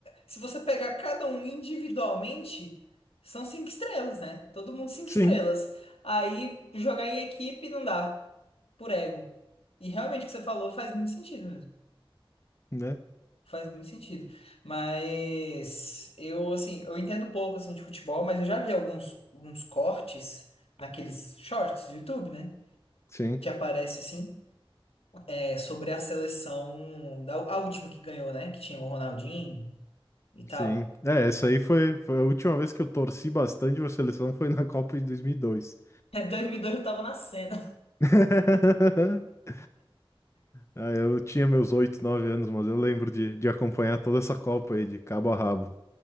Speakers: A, on the left; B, on the left.
A: se você pegar cada um individualmente, são cinco estrelas, né? Todo mundo cinco
B: Sim,
A: estrelas. Aí jogar em equipe não dá, por ego. E realmente o que você falou faz muito sentido mesmo.
B: né?
A: Faz muito sentido. Mas eu, assim, eu entendo pouco, assim, de futebol, mas eu já vi alguns, alguns cortes naqueles shorts do YouTube, né?
B: Sim,
A: Que aparece, assim, é, sobre a seleção, da, a última que ganhou, né? Que tinha o Ronaldinho e tal.
B: sim. É, essa aí foi, foi a última vez que eu torci bastante pra seleção foi na Copa de dois mil e dois
A: <laughs> Em 2002 eu tava nascendo.
B: <laughs> Ah, eu tinha meus 8, 9 anos, mas eu lembro de, de acompanhar toda essa Copa aí de cabo a rabo,